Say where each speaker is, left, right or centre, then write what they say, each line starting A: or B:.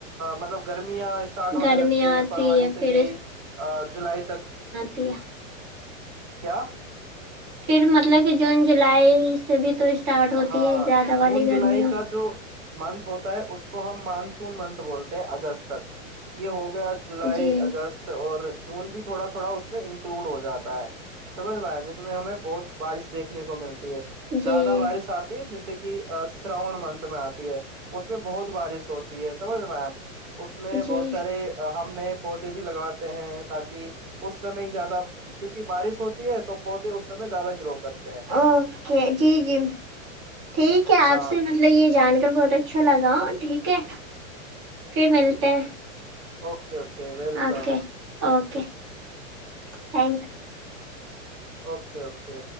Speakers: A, on the right (about 80°); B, on the right (about 20°).
A: مطلب گرمیاں اسٹارٹ ہونے
B: گرمی
A: لگتی
B: آتی
A: ہے فروری سے
B: پھر
A: یہی جولائی تک
B: تی ہے
A: کیا
B: پھر مطلب کہ جون جولائی سے بھی تو اسٹارٹ ہوتی
A: ہاں
B: ہے زیادہ
A: جون
B: والی گرمیوں
A: جولائی کا جو منتھ ہوتا ہے اس کو ہم مانسون منتھ بولتے ہیں اگست تک یہ ہوگا گیا جولائی
B: جی
A: اگست اور جون بھی تھوڑا تھوڑا اس میں انکلوڈ ہو جاتا ہے سمجھ میں آیا جس میں ہمیں بہت بارش دیکھنے کو مل ہے زیادہ
B: جی
A: بارش ہے جیسے کہ شراون منت میں آتی ہے اس میں بہت بارش ہوتی ہے سمجھ میںئے آپ اس میں بہت
B: جی
A: سارے ہم نئے پودے بھی لگاتے ہیں تاکہ اس سمے ہی زیادہ کیونکہ بارش ہوتی ہے تو پودے اس کے میں زیادہ گرو کرتے ہیں
B: اوکے جی جی ٹھیک ہے
A: ہاں
B: آپ سے مطلب یہ جان کر بہت اچھا لگا ٹھیک ہے پھر ملتے ہیں
A: اوکے اوکے وک welcome
B: okay okay thank you
A: okay okay